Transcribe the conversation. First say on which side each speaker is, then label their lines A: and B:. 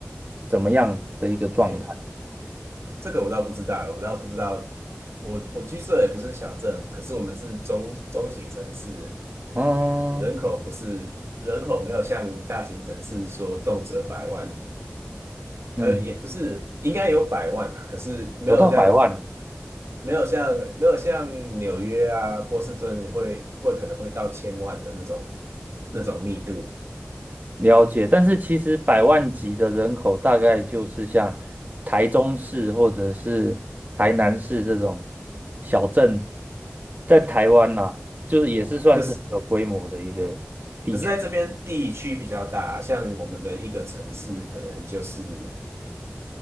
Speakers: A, on the right; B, on the right.
A: 怎么样的一个状态？
B: 诶这个我倒不知道，我倒不知道。我我居住的也不是小镇，可是我们是中中型城市，
A: 嗯
B: 人口不是人口没有像大型城市说动辄百万，
A: 嗯，
B: 呃，也不是应该有百万啊，可是没有像
A: 有到百万了。
B: 没有像没有像纽约啊、波士顿会会可能会到千万的那种那种密度，
A: 了解，但是其实百万级的人口大概就是像台中市或者是台南市这种小镇，在台湾呐、就是也是算是很有规模的一个地区，
B: 可是可是在这边地区比较大啊，像我们的一个城市可能就是。